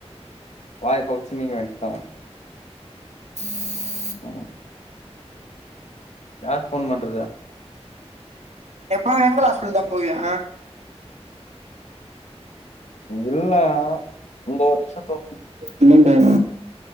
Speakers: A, on the left (about 80°); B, on the right (about 90°).
A: வாய கொப்புளுச்சு மீங்க வேண்டிதா
B: ம்.
A: ம் யார் ஃபோன் பண்றது
B: எப்பவு எங்கள் ஹாஸ்பிட்டல் தா போவியா
A: இல்ல இந்த ஒரு விஷ்யத்து
B: இன்னு போன